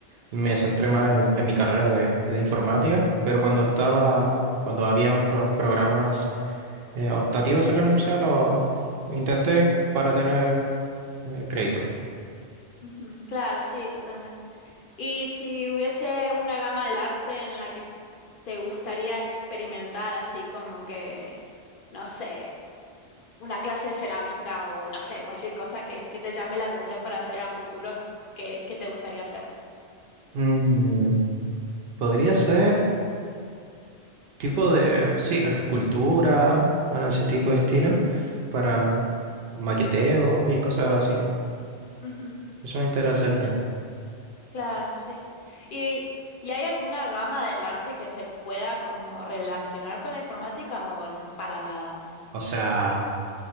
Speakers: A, on the right; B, on the left.
A: me centré más en, en mi carrera de, de informática, pero cuando estaba, cuando habían pro- programas eh, optativos en la universidad, lo intenté para tener eh, crédito.
B: ujú, claro, sí, totalmente. Y si hubiese una gama del arte en la que te gustaría experimentar, así como que, no sé, una clase de cerámica o no sé, cualquier cosa que, que te llame la atención para hacer a futuro, ¿qué, qué te gustaría hacer?
A: Mm, podría ser tipo de, sí, escultura, o ese tipo de estilo, para maqueteo y cosas así.
B: Ujú,
A: Eso me interesaría.
B: Claro, sí. ¿Y, y hay alguna gama del arte que se pueda como relacionar con la informática o n- para nada?
A: O sea...